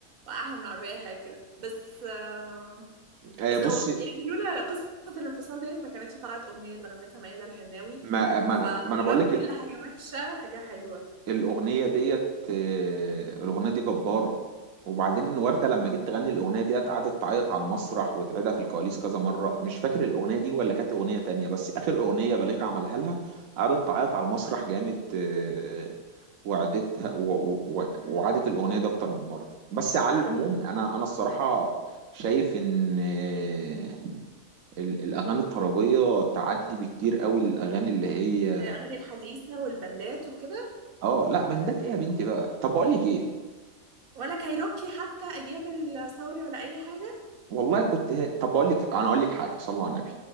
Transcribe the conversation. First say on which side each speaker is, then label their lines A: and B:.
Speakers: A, on the right; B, on the right.
A: وقعها من العربيه حاجه كده بس آه،
B: آه،
A: بس
B: بص
A: لو يعني لولا قصه الانفصال ديت ما كانتش طلعت اغنيه اللي غنتها ميادة الحناوي
B: ما ما
A: فوراء
B: أنا ما أنا بقول لك
A: كل حاجه وحشه حاجه حلوه
B: الأغنية ديت آه، الأغنية دي جبارة وبعدين وردة لما
A: اه
B: جيت تغني الأغنية ديت قعدت تعيط على المسرح وتعيدها في الكواليس كذا مرة مش فاكر الأغنية دي ولا كانت أغنية تانية بس آخر أغنية بليغ عملها لها قعدت تعيط على المسرح جامد آه، وعدتها و- و- و-
A: أمم.
B: وعادت الأغنية دي أكتر من مرة بس على العموم أنا أنا الصراحة شايف إن آه، ال- الأغاني الطربية تعدي بكتير قوي الأغاني اللي هي
A: الاغاني الحديثه والبندات وكده
B: آه لا بندات إيه يا بنتي بقى طب بقول لك إيه
A: ولا كايروكي حتى ايام الثوره ولا اي حاجه
B: والله كنت ه- طب بقول لك انا اقول لك حاجه صلى على النبي